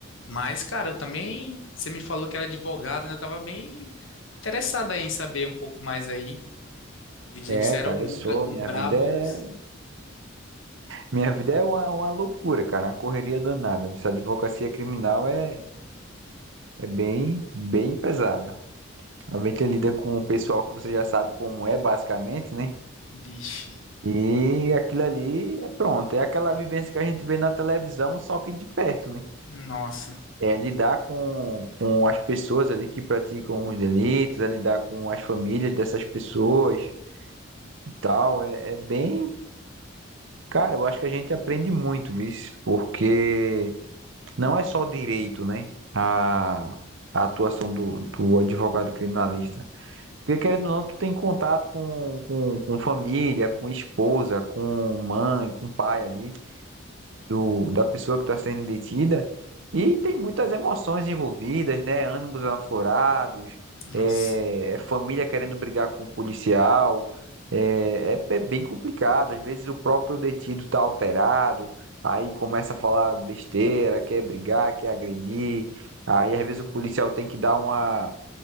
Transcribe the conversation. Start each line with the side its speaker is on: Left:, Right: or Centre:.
Left: Mas, cara, eu também, você me falou que era advogado, né? Eu tava bem interessado aí em saber um pouco mais aí. Vi dizer
Right: É,
Left: que você
Right: cara,
Left: era um,
Right: eu sou.
Left: um
Right: Minha
Left: brabo
Right: vida é,
Left: dos...
Right: minha vida é uma, uma loucura, cara, uma correria danada. Essa advocacia criminal é, é bem, bem pesada. Ela vem lida com o pessoal que você já sabe como é, basicamente, né?
Left: Vixe,
Right: E aquilo ali é pronto, é aquela vivência que a gente vê na televisão, só que de perto, né?
Left: nossa,
Right: É lidar com, com as pessoas ali que praticam os delitos, é lidar com as famílias dessas pessoas e tal. É, é bem. Cara, eu acho que a gente aprende muito isso, porque não é só direito, né? A, a atuação do, do advogado criminalista. Porque querendo ou não, tu tem contato com, com, com família, com esposa, com mãe, com pai ali. do, da pessoa que está sendo detida e tem muitas emoções envolvidas, né? Ânimos aflorados,
Left: nossa,
Right: é, é família querendo brigar com o policial, é, é, é bem complicado. Às vezes o próprio detido está alterado, aí começa a falar besteira, quer brigar, quer agredir, aí às vezes o policial tem que dar uma